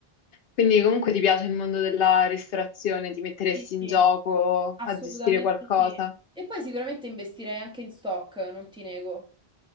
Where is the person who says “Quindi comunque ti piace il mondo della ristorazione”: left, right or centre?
Left